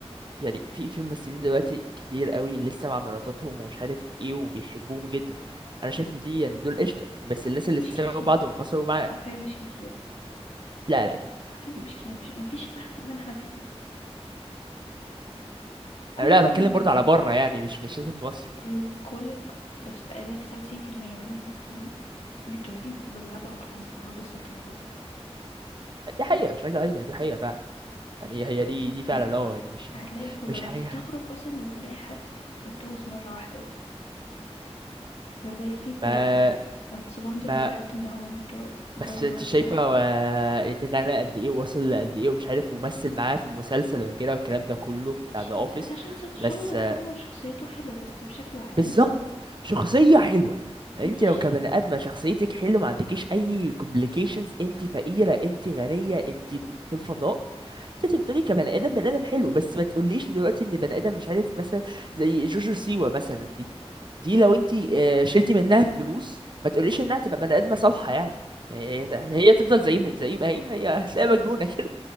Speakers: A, on the right; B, on the left.
A: يعني في في ممثلين دلوقتي كتير قوي لسه مع مراتاتهم ومش عارف ايه وبيحبوهم جدا انا شايف ان دي يعني دول قشطة بس الناس اللي
B: مش
A: سابوا
B: كتير
A: بعض وانفصلوا مع
B: عارفين مش كتير
A: لا لا كتير
B: عارفين
A: كتير
B: مش كتير مفيش مفيش انا تقريبا احمد حلمي كل
A: يعني لا انا
B: الممثلين
A: بتكلم برضه على بره يعني مش مش لازم في مصر
B: برو كل الم... بس تقريبا 99% من الممثلين متجوزين بالاربع والخمس مرات والست مرات
A: دي حقيقة مش هكدب عليك دي حقيقة فعلا يعني هي هي دي دي فعلا
B: مفي-
A: اه يعني مش
B: هتلاقي كله
A: مش
B: انا
A: حاجة
B: بستغرب اصلا لما بلاقي حد متجوز مره واحده بس لو زي ستيف كارل
A: ما
B: ده أنا اتصدمت
A: ما
B: لما عرفت ان هو متجو- متجوز
A: بس
B: مراته
A: انت شايفه
B: بقى
A: هو اتغنى قد ايه ووصل قد ايه ومش عارف ومثل معاه في المسلسل وكده والكلام ده كله
B: ماشي
A: بتاع ذا اوفيس
B: ده عشان شخص
A: بس
B: هو لا
A: آه،
B: هو شخصيته حلوة بس بشكل عام
A: بالظبط شخصيه حلوه فانت
B: ماشي
A: لو كبني ادمه شخصيتك حلوه ما عندكيش اي كومبليكيشنز انت فقيره انت غنيه انت في الفضاء انت بتقولي كبني ادم بني ادم حلو بس ما تقوليش دلوقتي ان بني ادم مش عارف مثلا زي جوجو سيوا مثلا دي دي لو انت آه، شلتي منها فلوس ما تقوليش انها تبقى بني ادمه صالحه يعني هي هي تفضل زي ما زي ما هي هي هتلاقيها مجنونه كده